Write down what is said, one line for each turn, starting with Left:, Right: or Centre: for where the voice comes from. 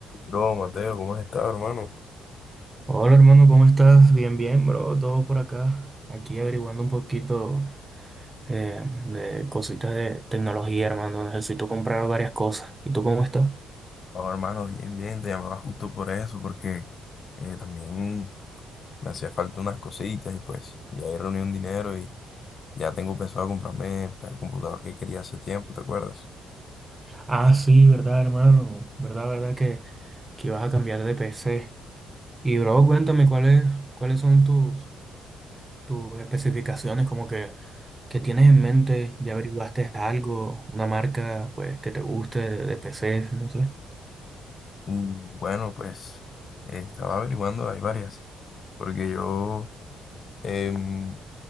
Left: Bro, Mateo, ¿cómo has estado, hermano?
Right: Hola hermano, ¿cómo estás? Bien, bien, bro, todo por acá. Aquí averiguando un poquito eh, de cositas de tecnología, hermano. Necesito comprar varias cosas. ¿Y tú cómo estás?
Left: No, hermano, bien, bien, te llamaba justo por eso, porque eh, también me hacía falta unas cositas y pues ya he reunido un dinero y ya tengo pensado comprarme el computador que quería hace tiempo, ¿te acuerdas?
Right: Ah, sí, verdad, hermano. Verdad, verdad que, que vas a cambiar de PC. Y bro, cuéntame cuáles, cuáles son tus, tus especificaciones, como que, que tienes en mente, ya averiguaste algo, una marca pues que te guste de, de PC, no sé.
Left: Mm, Bueno, pues eh, estaba averiguando, hay varias, porque yo em,